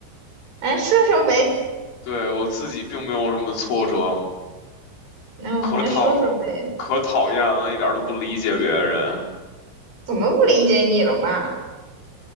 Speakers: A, on the right; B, on the left.
A: 来说说呗。
B: 对，我自己并没有什么挫折，
A: 那我们来说说呗，
B: 可讨可讨厌了，一点儿都不理解别人。
A: 怎么不理解你了嘛？